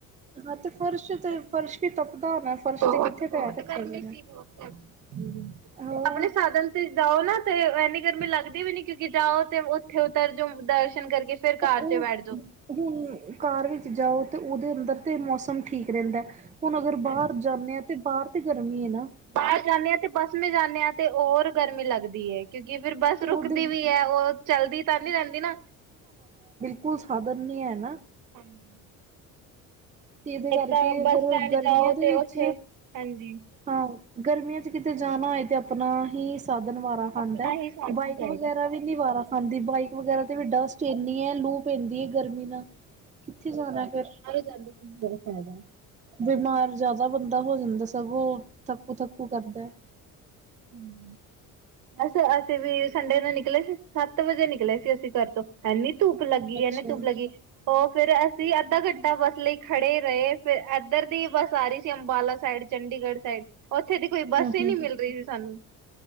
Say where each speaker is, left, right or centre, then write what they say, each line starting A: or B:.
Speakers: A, on the right (about 20°); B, on the right (about 65°).
A: ਹਾਂ ਤੇ ਫਰਸ਼ ਤੇ ਫਰਸ਼ ਵੀ ਤਪਦਾ ਹੋਣਾ। ਫਰਸ਼
B: ਬਹੁਤ
A: ਤੇ ਕਿੱਥੇ
B: ਬਹੁਤ
A: ਪੈਰ ਰੱਖਿਆ
B: ਗਰਮੀ
A: ਜਾਣਾ
B: ਸੀ ਬਹੁਤ ਗਰਮੀ
A: ਹਾਂ
B: ਤੇ ਆਪਣੇ ਸਾਧਨ ਜਾਓ ਨਾ ਤੇ ਇੰਨੀ ਗਰਮੀ ਲੱਗਦੀ ਵੀ ਨੀ ਕਿਉਂਕਿ ਜਾਓ ਤੇ ਉੱਥੇ ਉੱਤਰ ਜੋ ਦਰਸ਼ਨ ਕਰਕੇ ਫੇਰ ਕਾਰ
A: ਤਾਂ ਓ
B: ਚ
A: ਉਹ
B: ਬੈਠ ਜਾਓ।
A: ਹੁਣ ਕਾਰ ਵਿੱਚ ਜਾਓ ਤੇ ਉਹਦੇ ਅੰਦਰ ਤੇ ਮੌਸਮ ਠੀਕ ਰਹਿੰਦਾ ਹੁਣ ਅਗਰ
B: ਹਾਂਜੀ।
A: ਬਾਹਰ ਜਾਣੇ ਆ ਤਾਂ ਬਾਹਰ ਤੇ ਗਰਮੀ ਹੈ ਨਾ
B: ਬਾਹਰ ਜਾਣੇ ਆ ਤੇ ਬੱਸ ਮੇ ਜਾਣੇ ਹਾਂ ਤੇ ਔਰ ਗਰਮੀ ਲੱਗਦੀ ਏ ਕਿਉਂਕਿ ਫਿਰ ਬੱਸ
A: ਉਹਦੇ
B: ਰੁਕਦੀ ਉਹ ਚਲਦੀ ਤਾਂ ਨੀ ਰਹਿੰਦੀ ਨਾ
A: ਕੋਲ਼ ਸਾਧਨ ਨੀ ਹੈ ਨਾ
B: ਹਾਂਜੀ
A: ਤੇ ਇਹਦੇ ਕਰਕੇ
B: ਤਾਂ ਬੱਸ
A: ਅਗਰ
B: ਸਟੈਂਡ
A: ਗਰਮੀਆਂ
B: ਜਾਓ
A: ਦੇ
B: ਤੇ
A: ਵਿੱਚ
B: ਉੱਥੇ ਹਾਂਜੀ।
A: ਹਾਂ ਗਰਮੀਆਂ ਚ ਕਿਤੇ ਜਾਣਾ ਹੋਏ ਤੇ ਆਪਣਾ ਹੀ ਸਾਧਨ ਵਾਰਾ ਖਾਂਦਾ
B: ਆਪਣਾ ਹੀ ਸਾਧਨ
A: ਬਾਈਕ
B: ਚਾਹੀਦਾ
A: ਵਗੈਰਾ ਵੀ ਨੀ ਵਾਰਾ ਖਾਂਦੀ ਬਾਈਕ ਵਗੈਰਾ ਤੇ ਵੀ ਡਸਟ ਇੰਨੀ ਏ ਲੂ ਪੈਂਦੀ ਏ ਗਰਮੀ ਨਾਲ਼ ਕਿੱਥੇ ਜਾਣਾ ਫ਼ਿਰ
B: ਜਾਂਦਾ ਕੀ ਬੜਾ ਫ਼ਾਇਦਾ
A: ਬਿਮਾਰ ਜ਼ਿਆਦਾ ਬੰਦਾ ਹੋ ਜਾਂਦਾ ਸਗੋਂ ਥੱਕੂ ਥੱਕੂ ਕਰਦਾ
B: ਹੂੰ ਐਸ ਅਸੀਂ ਵੀ ਸੰਡੇ ਨੂੰ ਨਿਕਲ਼ੇ ਸੀ ਸੱਤ ਵਜੇ ਨਿਕਲ਼ੇ ਸੀ ਅਸੀਂ ਘਰ ਤੋਂ ਐਂਨੀ ਧੁੱਪ ਲੱਗੀ
A: ਅੱਛਾ।
B: ਐਂਨੀ ਧੁੱਪ ਲੱਗੀ ਫਿਰ ਅਸੀਂ ਅੱਧਾ ਘੰਟਾ ਬੱਸ ਲਈ ਖੜੇ ਰਹੇ ਫਿਰ ਏਧਰ ਦੀ ਬੱਸ ਆ ਰਹੀ ਸੀ ਅੰਬਾਲਾ ਸਾਈਡ ਚੰਡੀਗੜ੍ਹ ਸਾਈਡ ਉੱਥੇ ਦੀ ਕੋਈ ਬੱਸ
A: ਹੂੰ
B: ਹੀ
A: ਹੂੰ
B: ਨੀ ਮਿਲ
A: ਹੂੰ।
B: ਰਹੀ ਸੀ ਸਾਨੂੰ